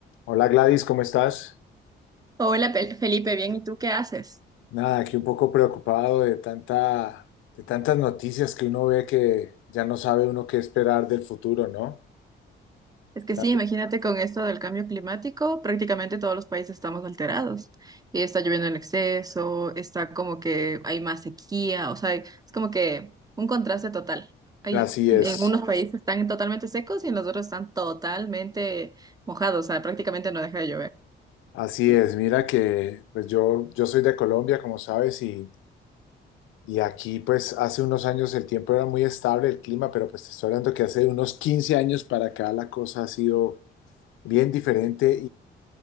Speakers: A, on the left; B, on the right.
A: Hola Gladys, ¿cómo estás?
B: Hola Pe- Felipe, bien, ¿y tú qué haces?
A: Nada, aquí un poco preocupado de tanta, de tantas noticias que uno ve que ya no sabe uno qué esperar del futuro, ¿no?
B: Es que
A: Tanto-
B: sí, imagínate con esto del cambio climático, prácticamente todos los países estamos alterados. Y está lloviendo en exceso, está como que hay más sequía, o sea, es como que un contraste total. Hay,
A: Así
B: en
A: es,
B: unos países están totalmente secos y en los otros están totalmente mojados, o sea, prácticamente no deja de llover.
A: así es. Mira que pues yo, yo soy de Colombia, como sabes, y, y aquí pues hace unos años el tiempo era muy estable, el clima, pero pues te estoy hablando que hace unos 15 años para acá la cosa ha sido bien diferente